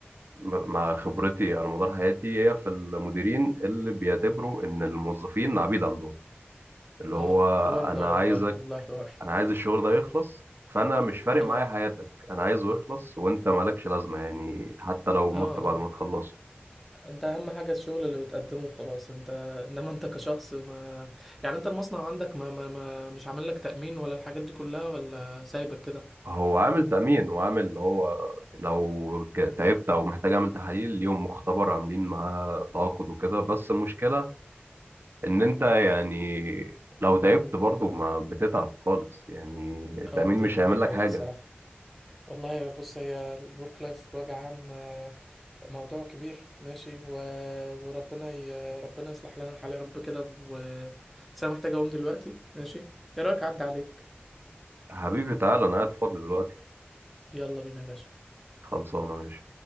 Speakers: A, on the right; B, in the centre.
A: م- مع خبرتي على مدار حياتي هي في المديرين اللي بيعتبروا إن الموظفين عبيد عندهم اللي هو
B: اه حوار
A: انا
B: ده والله
A: عايزك
B: والله حوار
A: انا عايز الشغل ده يخلص فانا مش فارق
B: اه
A: معايا حياتك انا عايزه يخلص وانت مالكش لازمه يعني حتى لو مت
B: اه اه
A: بعد ما تخلصه
B: انت اهم حاجة الشغل اللي بتقدمه خلاص انت انما انت كشخص ما يعني انت المصنع عندك ما, ما... ما... مش عامل لك تأمين ولا الحاجات دي كلها ولا سايبك كده
A: هو عامل تأمين وعامل اللي هو لو ج- تعبت او محتاج اعمل تحاليل ليهم مختبر عاملين معاه تعاقد وكده بس المشكله ان انت يعني لو تعبت برضه ما بتتعب خالص يعني التأمين
B: اه دي
A: مش هيعمل
B: دي
A: لك
B: حقيقة
A: حاجه
B: الصراحة والله بص هي الورك لايف بوجه عام آه، موضوع كبير ماشي و... وربنا ي... ربنا يصلح لنا الحال يا رب كده و... بس انا محتاج اقوم دلوقتي ماشي ايه رايك اعدي عليك
A: حبيبي تعالى انا قاعد فاضي دلوقتي
B: يلا بينا يا باشا
A: خلصانه ماشي